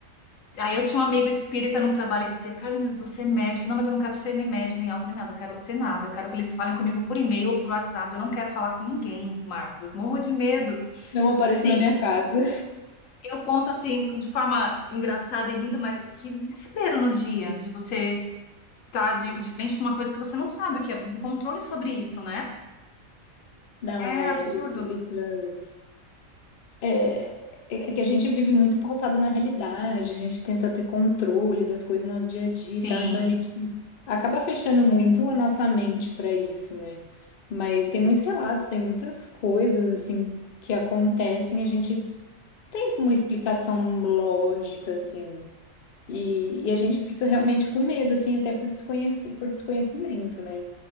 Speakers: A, on the left; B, on the left.
A: Aí eu tinha um amigo espírita no trabalho e dizia, Carlinhos, você é médio. Eu falei, Não, mas eu não quero ser nem médio, nem alto, nem nada. Eu quero ser nada. Eu quero que eles falem comigo por e-mail ou por WhatsApp. Eu não quero falar com ninguém, Marcos. Eu morro de medo.
B: Não apareça
A: Assim,
B: na minha casa.
A: eu conto assim, de forma engraçada e rindo, mas que desespero no dia de você tá de, de frente com uma coisa que você não sabe o que é, você não tem controle sobre isso, né?
B: Não,
A: É
B: é
A: absurdo.
B: essas. É, é é que a gente vive muito pautado na realidade, a gente tenta ter controle das coisas no nosso dia a dia
A: Sim,
B: e tal, então a gente acaba fechando muito a nossa mente para isso, né? Mas tem muitos relatos, tem muitas coisas, assim, que acontecem, a gente tem uma explicação lógica, assim. E, e a gente fica realmente com medo, assim, até por desconheci, por desconhecimento, né?